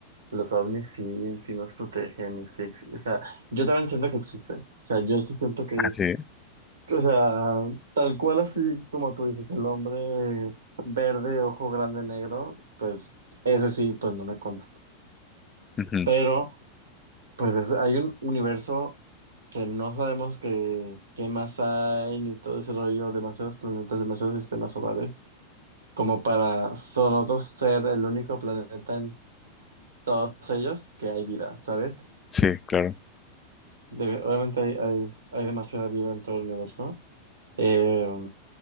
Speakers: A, on the right (about 70°); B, on the left (about 20°).
A: los ovnis sí, sí nos protegen y sí, ex- o sea, yo también siento que existen, o sea, yo sí siento que,
B: Ah, sí.
A: que, o sea, tal cual así como tú dices, el hombre verde, ojo grande, negro, pues ese sí, pues no me consta,
B: Ujú.
A: pero pues es- hay un universo que no sabemos qué, qué más hay, ni todo ese rollo, demasiados planetas, demasiados sistemas solares. como para nosotros ser el único planeta en todos ellos que hay vida, ¿sabes?
B: Sí, claro.
A: De- obviamente hay, hay, hay demasiada vida en todo el universo. Eh,